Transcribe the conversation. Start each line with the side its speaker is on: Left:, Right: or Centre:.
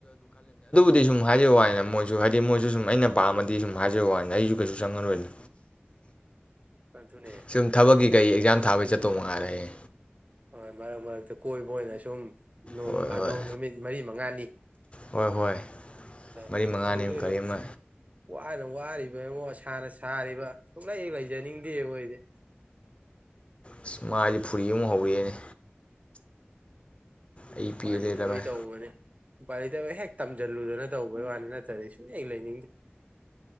Left: ꯑꯗꯨꯗꯤ ꯁꯨꯝ ꯍꯥꯏꯕꯩ ꯋꯥꯅꯤꯗ ꯃꯣꯏꯁꯨ ꯍꯥꯏꯗꯤ ꯃꯣꯏꯁꯨ ꯁꯨꯝ ꯑꯩꯅ ꯄꯥꯝꯃꯗꯤ ꯁꯨꯝ ꯍꯥꯏꯕꯩ ꯋꯥꯅꯤꯗ ꯑꯩꯁꯨ ꯀꯩꯁꯨ ꯆꯪꯉꯔꯣꯏꯗ
Right: ꯑꯗꯨꯅꯦ
Left: ꯁꯨꯝ ꯊꯕꯛꯀꯤ ꯀꯩ ꯑꯦꯛꯖꯥꯝ ꯊꯥꯕꯩ ꯆꯠꯇꯧ ꯃꯉꯥꯏꯔꯦ
Right: ꯍꯣꯏ ꯃꯔꯛ ꯃꯔꯛꯇ ꯀꯣꯏꯕ ꯑꯣꯏꯅ ꯁꯨꯝ ꯅꯣꯡ
Left: ꯍꯣꯏ
Right: ꯐꯥꯗꯣꯛ
Left: ꯍꯣꯏ
Right: ꯅꯨꯃꯤꯠ ꯃꯔꯤ ꯃꯉꯥꯅꯤ
Left: ꯍꯣꯏ ꯍꯣꯏ
Right: <unintelligible>
Left: ꯃꯔꯤ ꯃꯉꯥꯅꯤ
Right: ꯀꯩꯗꯧꯅ ꯗꫭꯏꯅꫭ
Left: ꯑꯃ ꯀꯔꯤ ꯑꯃ
Right: ꯋꯥ <unintelligible> ꯋꯥꯔꯤꯕꯉꫭ ꯁꯥꯅ ꯁꯥꯔꯤꯕ ꯁꯨꯡꯂꯩ ꯍꯦꯛ ꯂꯩꯖꯅꯤꯡꯗꯦꯉꫭ ꯑꯩꯗꯤ
Left: ꯑꯁ ꯃꯥꯏꯖꯦ ꯐꯨꯔꯤ ꯑꯃꯨ ꯍꯧꯔꯛꯑꯦꯅꯦ ꯑꯩ
Right: ꯎꯄꯥꯏ
Left: ꯄꯦꯜꯂꯦꯗ
Right: ꯂꯩꯇꯕꯩ
Left: ꯚꯥꯏ
Right: ꯇꯧꯕꯅꯤ ꯎꯄꯥꯏ ꯂꯩꯇꯕꯩ ꯍꯦꯛ ꯇꯝꯖꯜꯂꯨꯗꯅ ꯇꯧꯕꯩ ꯋꯥꯅꯤ ꯅꯠꯇ꯭ꯔꯗꯤ ꯁꯨꯡ ꯂꯩꯍꯦꯛ ꯂꯩꯅꯤꯡꯗꯦ